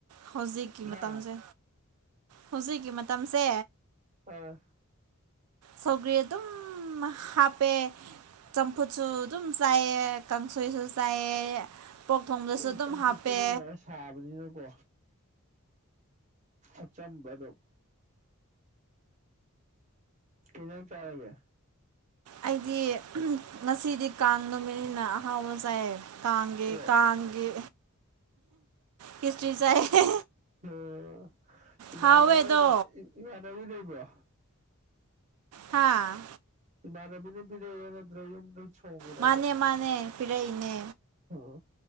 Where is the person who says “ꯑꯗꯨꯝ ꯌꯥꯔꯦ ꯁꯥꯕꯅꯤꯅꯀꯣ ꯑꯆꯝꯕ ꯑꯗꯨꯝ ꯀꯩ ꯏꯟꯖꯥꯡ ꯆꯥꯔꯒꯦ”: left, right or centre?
Right